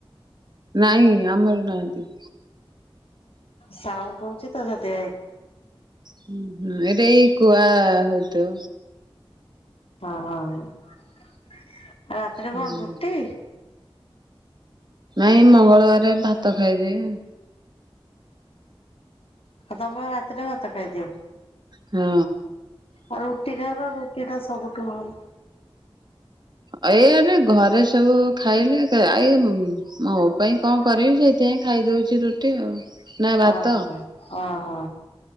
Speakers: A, on the right; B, on the left.
A: ନାଇଁ ଆମରି ନାଇ।
B: ସାଉଣ୍ଡ ହଉଛି ତ ସେଥି ପାଇଁ।
A: ହୁଁ ଏଇଟା ଏଇ କୁଆ ହଉଥିବ।
B: ହ ହଁ ରାତିରେ
A: ହୁଁ
B: କଣ ରୁଟି?
A: ନାଇଁ ମଙ୍ଗଳବାରରେ ଭାତ ଖାଇଦିଏ।
B: ଆଉ ତମେ ରାତିରେ ଭାତ ଖାଇଦିଅ।
A: ହଁ।
B: ଆଉ ରୁଟି ଖାଇବା ରୁଟି ଟା ସବୁଠୁ ଭଲ।
A: ଏଇଆ ରେ ଘରେ ସବୁ ଖାଇଲେ। ଆ ମୋ ପାଇଁ କଣ କରିବି ସେଇଥିପାଇଁ ଖାଇଦଉଛି ରୁଟି ଆଉ। ନା ଭାତ
B: ଅ ହ ଅ ହ।